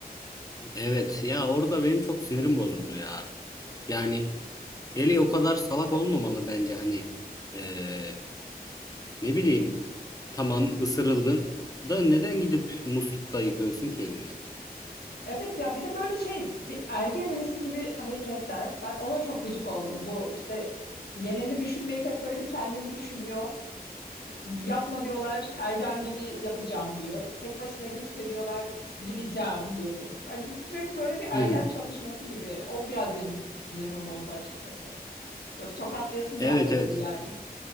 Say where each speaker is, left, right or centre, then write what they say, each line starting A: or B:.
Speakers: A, on the left; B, on the left.
A: Evet ya orada benim çok sinirim bozuldu ya. Yani Ellie o kadar salak olmamalı bence hani Ee, ne bileyim tamam ısırıldın da neden gidip muslukta yıkıyorsun ki elini?
B: Evet ya bir de böyle şey bir ergen erisi gibi hareketler. Ben ona çok gıcık oldum. Bu işte geneli düşünmeyip hep böyle bir kendini düşünüyor. Yapma diyorlar, ergen gibi yapacağım diyor. Tek başına gitme diyorlar, gideceğim diyordu. Hani bir- sürekli böyle bir ergen
A: Hı hı.
B: çatışması gibi. O biraz benim sinirimi bozdu açıkçası. Böyle bir tokatlayasım
A: Evet
B: geldi Eli'yi
A: evet.
B: yani.